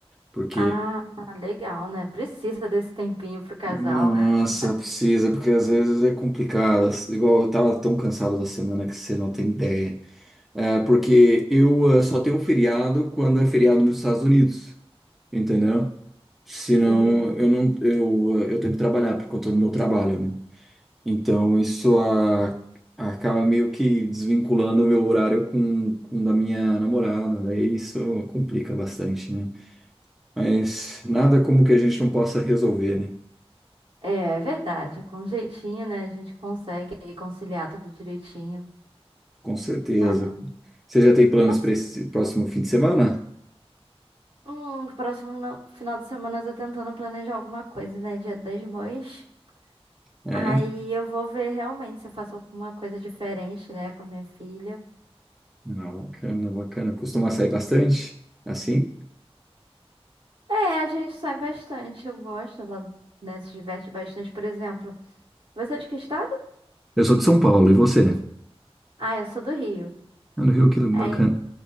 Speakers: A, in the centre; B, on the right.
A: Porque,
B: Ah, legal, né? Precisa desse tempinho pro casal.
A: nossa,
B: <laughs>
A: precisa, porque às vezes é complicado. Igual eu tava tão cansado da semana que você não tem ideia. É, porque eu eh, só tenho feriado quando é feriado nos Estados Unidos, entendeu? Senão
B: Entendi.
A: eu não, eu, eh, eu tenho que trabalhar por conta do meu trabalho, né? Então, isso a- acaba meio que desvinculando o meu horário com, com o da minha namorada. Daí isso complica bastante, né? Mas nada como que a gente não possa resolver, né?
B: É, é verdade. Com jeitinho, né? A gente consegue aí conciliar tudo direitinho.
A: Com certeza.
B: Caramba.
A: Você já tem planos
B: E assim,
A: para esse próximo fim de semana?
B: hum, próximo no- final de semana eu tô tentando planejar alguma coisa, né? Dia das Mães.
A: É?
B: Aí eu vou ver realmente se eu faço alguma coisa diferente, né, com a minha filha.
A: Não, bacana, bacana. Costuma sair bastante? Assim?
B: É, a gente sai bastante. Eu gosto, ela, né, se diverte bastante. Por exemplo, você é de que é estado?
A: Eu sou de São Paulo, e você?
B: Ah, eu sou do Rio.
A: Ah, no Rio, que bacana.
B: Aí,